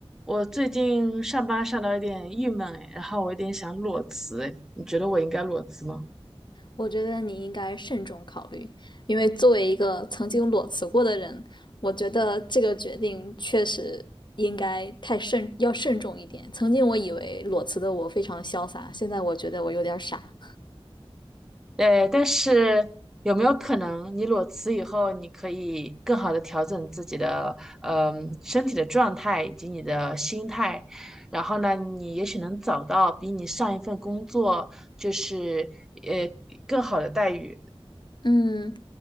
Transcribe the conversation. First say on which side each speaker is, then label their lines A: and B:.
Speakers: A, in the centre; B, on the left (about 50°).
A: 我最近上班上到有点郁闷哎，然后我有点想裸辞哎，你觉得我应该裸辞吗？
B: 我觉得你应该慎重考虑，因为作为一个曾经裸辞过的人，我觉得这个决定确实应该太慎，要慎重一点。曾经我以为裸辞的我非常潇洒，现在我觉得我有点儿傻。
A: 哎，但是有没有可能你裸辞以后，你可以更好的调整自己的嗯、身体的状态以及你的心态，然后呢，你也许能找到比你上一份工作就是呃更好的待遇。
B: 嗯，